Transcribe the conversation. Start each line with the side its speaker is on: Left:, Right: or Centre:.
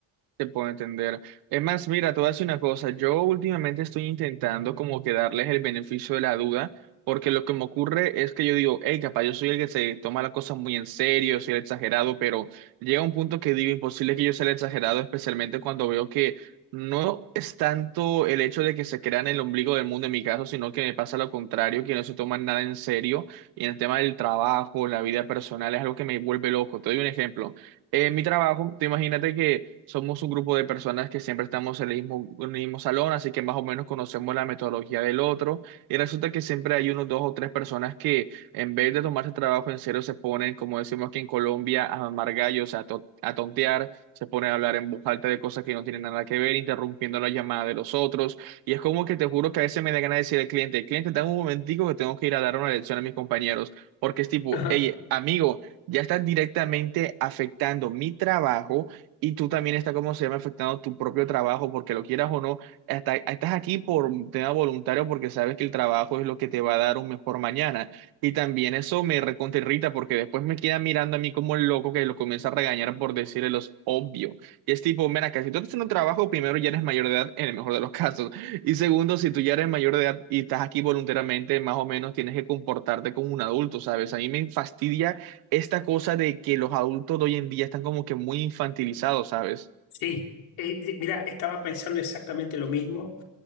Right: Te puedo entender. Es más, mira, te voy a decir una cosa. Yo últimamente estoy intentando como que darles el beneficio de la duda, porque lo que me ocurre es que yo digo, hey, capaz yo soy el que se toma las cosas muy en serio, soy el exagerado, pero llega un punto que digo, imposible que yo sea el exagerado, especialmente cuando veo que no es tanto el hecho de que se crean el ombligo del mundo en mi caso, sino que me pasa lo contrario, que no se toman nada en serio. Y en el tema del trabajo, la vida personal, es algo que me vuelve loco. Te doy un ejemplo. En mi trabajo, tú imagínate que somos un grupo de personas que siempre estamos en el mismo, en el mismo salón, así que más o menos conocemos la metodología del otro, y resulta que siempre hay unos dos o tres personas que en vez de tomarse el trabajo en serio se ponen, como decimos aquí en Colombia, a mamar gallos, a, to- a tontear, se ponen a hablar en voz alta de cosas que no tienen nada que ver, interrumpiendo la llamada de los otros, y es como que te juro que a veces me da ganas de decir al cliente, cliente, dame un momentico que tengo que ir a dar una lección a mis compañeros, porque es tipo,
Left: Ajá.
Right: hey, amigo ya estás directamente afectando mi trabajo y tú también estás, como se llama?, afectando tu propio trabajo, porque lo quieras o no, hasta- estás aquí por tema voluntario porque sabes que el trabajo es lo que te va a dar un mejor mañana. Y también eso me recontra irrita porque después me queda mirando a mí como el loco que lo comienza a regañar por decirle los obvio. Y es tipo, mira, que si tú estás en un trabajo, primero ya eres mayor de edad, en el mejor de los <laughs> casos. Y segundo, si tú ya eres mayor de edad y estás aquí voluntariamente, más o menos tienes que comportarte como un adulto, ¿sabes? A mí me fastidia esta cosa de que los adultos de hoy en día están como que muy infantilizados, ¿sabes?
Left: Sí, eh, eh, mira, estaba pensando exactamente lo mismo.